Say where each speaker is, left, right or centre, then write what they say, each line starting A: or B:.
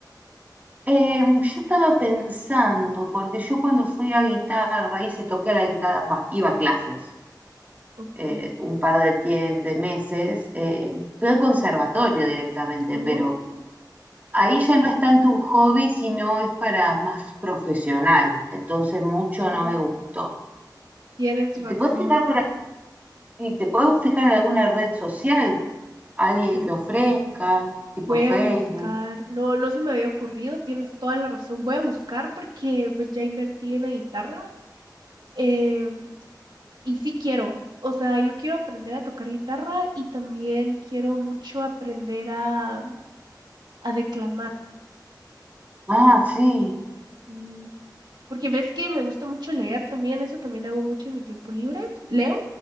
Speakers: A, on the right (about 25°); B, on the right (about 80°).
A: Eh, yo estaba pensando, porque yo cuando fui a guitarra, hice, toqué la guitarra, bah, iba a clases
B: Ok.
A: eh, un par de, tie- de meses, eh, fui al conservatorio directamente,
B: Oh,
A: pero ahí ya no es tanto un hobby, sino es para más profesional, entonces mucho
B: mm,
A: no me gustó.
B: tienes razón.
A: ¿Te puedes fijar, por Y te puedes fijar en alguna red social, alguien
B: Sí.
A: que ofrezca, tipo
B: Voy
A: Facebook.
B: a buscar. No, no se me había ocurrido, tienes toda la razón. Voy a buscar porque pues ya invertí en la guitarra. em, y sí quiero. O sea, yo quiero aprender a tocar guitarra y también quiero mucho aprender a a declamar,
A: Ah, sí,
B: sí. Porque ves que me gusta mucho leer también, eso también hago mucho en mi tiempo libre, leo,